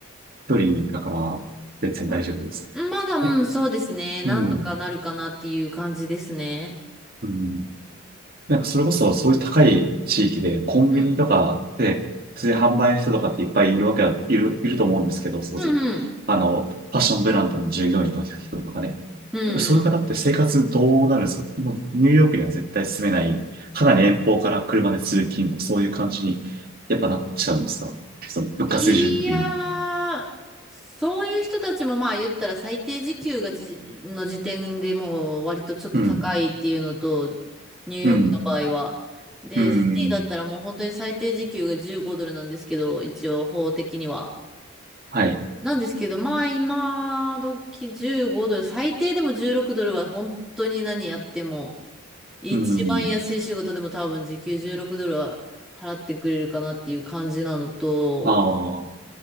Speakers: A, on the right; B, in the centre.
A: 一人だから、別に大丈夫です。
B: うんまだ、うん、
A: え、
B: そうですね。なんとかなるかなっていう感じですね。
A: うん。うん。なんか、それこそ、そういう高い地域で、コンビニとかで、
B: うん。
A: 普通に販売の人とかっていっぱいいるわけだ、いる、いると思うんですけど、そうですあの、
B: うんうん。
A: ファッションブランドの従業員の人とかね。
B: うん
A: そういう方って生活どうなるんですかもう、ニューヨークには絶対住めない、かなり遠方から車で通勤、そういう感じに、やっぱなっちゃうんですかその、物価水準的に。
B: いやー、そういう人たちもまあ言ったら最低時給がじ、の時点でもう割とちょっと高いっていうのと、
A: うん。
B: ニューヨークの場合は。
A: うん。
B: で、
A: うん。
B: シティだったらもう本当に最低時給が15ドルなんですけど、一応法的には。
A: はい。
B: なんですけど、まあ今時15ドル、最低でも16ドルは本当に何やっても、一番安い仕事でも多分時給16ドルは払ってくれるかなっていう感じなのと、
A: うん。ああ、